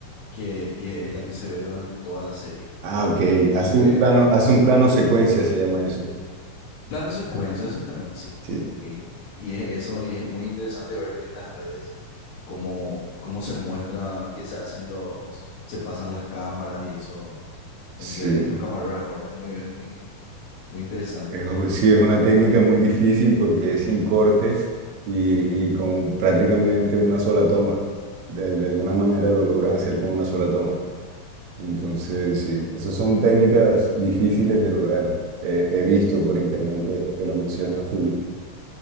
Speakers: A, on the left; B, on the right.
A: que, que es la que se ve durante toda la serie.
B: Ah, ok.
A: Es
B: Hace
A: como
B: un
A: que
B: plano, hace
A: sí
B: un plano secuencia, se llama eso.
A: Plano secuencia, exactamente, sí.
B: Sí,
A: Ok. Y es eso, y es muy interesante ver en las redes cómo, cómo se muestra que se hacen los, se pasan las cámaras y eso
B: sí.
A: entre los camarógrafos, ¿verdad? Es muy, es muy, muy interesante.
B: Eh, uy, Sí, es una técnica muy difícil porque es sin cortes y, y con prácticamente una sola toma. De, de alguna manera lo logran hacer con una sola toma. Entonces, sí, esas son técnicas difíciles de lograr. Eh, he visto por internet que, que lo menciona full.